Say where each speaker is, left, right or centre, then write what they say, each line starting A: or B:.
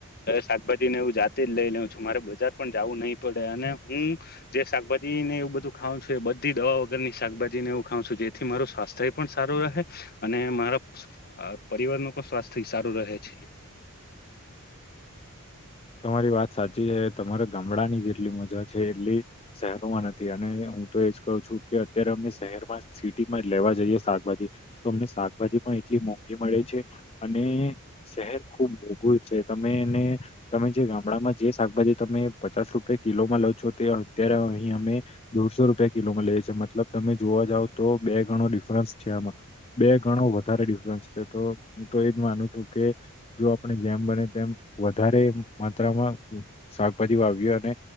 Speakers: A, on the left (about 45°); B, on the left (about 25°).
A: શાકભાજી ને હવું જાતે જ લઈ લઉ છું મારે બજાર પણ જવું <unintelligible> પડે અને હું. જે શાકભાજી ને એવું બધું ખાઉ <unintelligible> છે એ બધી <unintelligible> વગર શાકભાજી ને એવું ખઉ છું જેથી મારો સ્વાસ્થ્ય. પણ સારું રહે અને મારા પરિવાર ન પણ સ્વાસ્થ્ય સારું રહે છે. <inaudible>
B: તમારી વાત સાચી છે, તમારે ગામડા ની જેટલી મજા છે, એટલી. શહેરોમાં નથી અને હું તો એજ કહું છું કે અત્યારે અમે શહેરમાં સિટી માં જ લેવા જઈએ શાકભાજી. તોમને શાકભાજી પણ એટલી મોંઘી મળે છે, અને શહેર ખુબ મોઘુ છે. તમે એને. તમે જે ગામડામાં જે શાકભાજી તમે પચાસ રૂપિયા કિલોમાં લાવ છો તે અત્યારે અહી અમે. દોરસો રૂપિયા કિલોમાં લે છે, મતલબ તમે જોવા જાવ તો બે ગણો ડિફરન્સ છે, આમાં બે ગણો. વધારે ડિફરન્સ છે, તો હું તો એજ માનું છું કે જો આપણે જેમ બને તેમ વધારે. માત્રામાં શાકભાજી વાવીએ અને